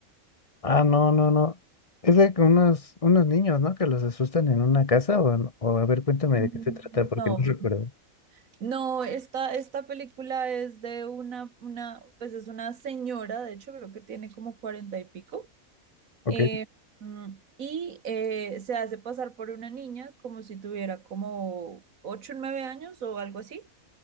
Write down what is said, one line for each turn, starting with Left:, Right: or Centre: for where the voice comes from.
Left: Ah, no, no, no. Es de que unos, unos niños, ¿no? Que los asustan en una casa o, no- o a ver, cuéntame
Right: Mm,
Left: de qué se trata porque
Right: No,
Left: no <laughs> recuerdo.
Right: no, esta, esta película es de una, una, pues es una señora, de hecho creo que tiene como cuarenta y pico,
Left: Ok.
Right: eh, mm, y eh, se hace pasar por una niña como si tuviera como ocho o nueve años o algo así,